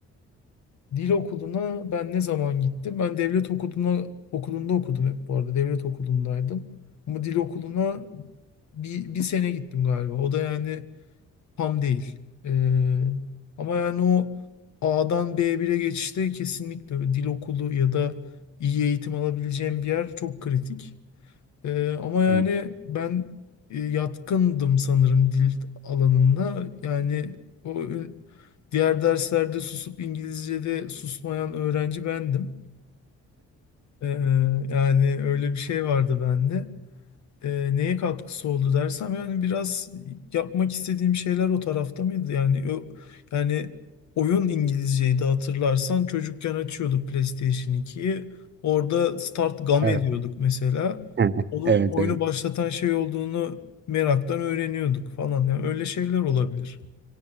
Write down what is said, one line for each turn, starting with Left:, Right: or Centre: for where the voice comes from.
Left: Dil okuluna ben ne zaman gittim? Ben devlet okuluna okulunda okudum hep bu arada. Devlet okulundaydım. Ama dil okuluna bir, bir sene gittim galiba. O da yani tam değil. Ee, ama yani o A'dan b bire geçişte kesinlikle dil okulu ya da iyi eğitim alabileceğim bir yer çok kritik. Ee, ama yani
Right: Hı,
Left: ben e, yatkındım sanırım dil alanında. Yani o e, diğer derslerde susup İngilizce'de susmayan öğrenci bendim. Ee, yani öyle bir şey vardı bende e, neye katkısı oldu dersem yani biraz yapmak istediğim şeyler o tarafta mıydı? Yani o yani oyun İngilizceydi hatırlarsan çocukken açıyorduk PlayStation 2'yi. Orada Start Game
Right: Evet.
Left: diyorduk mesela.
Right: <laughs>
Left: Onun
Right: Evet
Left: oyunu
Right: evet.
Left: başlatan şey olduğunu meraktan öğreniyorduk falan. Yani öyle şeyler olabilir.